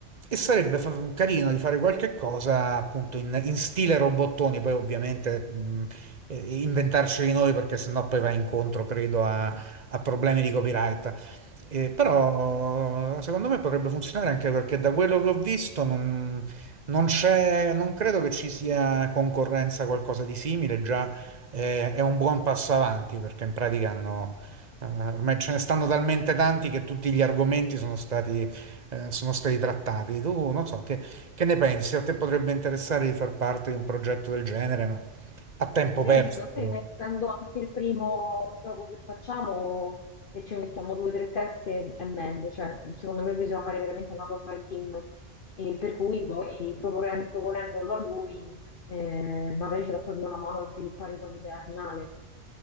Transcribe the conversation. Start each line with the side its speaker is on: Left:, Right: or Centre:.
Right: E sarebbe fa- carino di fare qualche cosa appunto in, in stile robottoni, poi ovviamente mh, eh, inventarceli noi perché sennò poi va incontro, credo, a, a problemi di copyright. Eh, però
Left: Sì.
Right: secondo me potrebbe funzionare anche perché da quello che ho visto non, non c'è, non credo che ci sia concorrenza a qualcosa di simile già eh, è un buon passo avanti perché in pratica hanno, eh, ormai ce ne stanno talmente tanti che tutti gli argomenti sono stati, eh, sono stati trattati. Tu non so, che, che ne pensi? A te potrebbe interessare di far parte di un progetto del genere, ma a tempo
Left: Sì,
Right: perso,
Left: secondo
Right: però.
Left: me, essendo anche il primo gioco che facciamo, se ci mettiamo due o tre teste è meglio, cioè, secondo me bisogna fare veramente una cosa in team, E per cui poi propone- proponendolo a lui, eh, magari ce la toglie una mano a sviluppare poi l'idea finale.